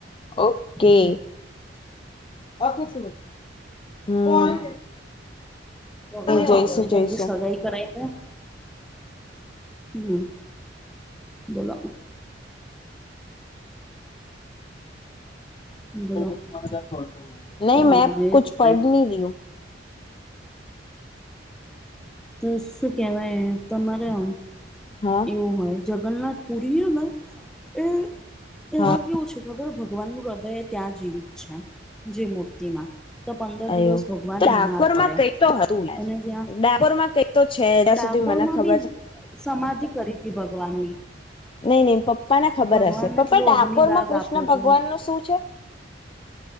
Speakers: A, on the left; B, in the centre.
A: ઓકે
B: હ. <inaudible>
A: <unintelligible> <inaudible>
B: હા ભગવાન
A: જઈશું
B: જલ્દી
A: જઈશું
B: જલ્દી સગાઈ કરાય દે. હમ. બોલો. બોલો
A: <inaudible> ન‌ઇ
B: હા
A: મે
B: એ
A: કુછ,
B: જ
A: પડ
B: તે
A: ન‌ઇ ર‌ઇ હુ
B: તો શું કેવાય, તમારે અ
A: હા
B: એવું હોય જગન્નાથ, પુરી હન અ એ એવા
A: હા
B: કેવું છે, કે ખબર ભગવાનનું હૃદય ય ત્યાં જીવિત છે, જે મૂર્તિમાં તો પંદર
A: આયો
B: દિવસ ભગવાન
A: ડાકોરમાં
B: બીમાર પડે
A: કઈ તો હતું યાર
B: અને જ્યાં
A: ડાકોરમાં કઈક તો છે ત્યાં
B: ડાકોરમા
A: સુધી મને ખબર
B: બી
A: છે
B: સમાધિ, કરી તી ભગવાનની
A: નહી, નહી પપ્પા ને ખબર
B: ભગવાનને
A: હશે પપ્પા
B: પેલું
A: ડાકોરમાં
B: અગ્નિ દાગ
A: કૃષ્ણ
B: આપ્યો હતો.
A: ભગવાનનું શું છે?